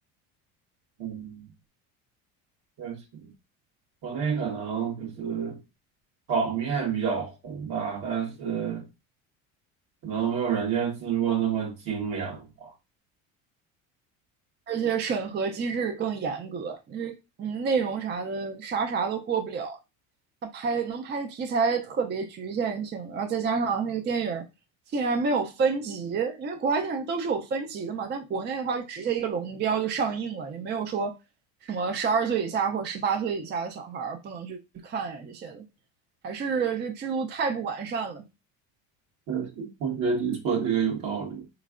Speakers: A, on the right (about 60°); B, on the right (about 25°).
A: 嗯，确实，国内可能就是场面比较宏大，但是可能没有人家制作那么精良吧。
B: 而且审核机制更严格，那嗯内容啥的啥啥都过不了。他拍能拍的题材特别局限性，然后再加上那个电影儿竟然没有分级，因为国外电影都是有分级的嘛，但国内的话就直接一个龙标就上映了，也没有说什么十二岁以下或者十八岁以下的小孩儿不能去看呀这些的，还是这制度太不完善了。
A: 确实，我觉得你说这个有道理。